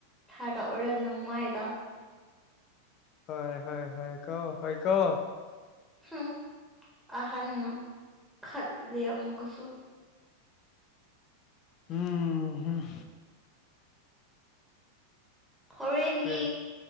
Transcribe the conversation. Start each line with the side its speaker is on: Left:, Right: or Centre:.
Centre: ꯊꯥꯔꯛꯎꯔ ꯅꯃꯥꯏꯗ ꯫
Left: ꯍꯣꯏ ꯍꯣꯏ ꯍꯣꯏ ꯀꯣ ꯍꯣꯏ ꯀꯣ
Centre: ꯍꯝ ꯑꯍꯟ ꯈꯠꯜꯂꯤ ꯑꯃꯨꯛꯀꯁꯨ
Left: ꯎꯝ ꯎꯝꯍꯝ
Centre: ꯍꯣꯔꯦꯟꯗꯤ
Left: ꯀꯔꯤ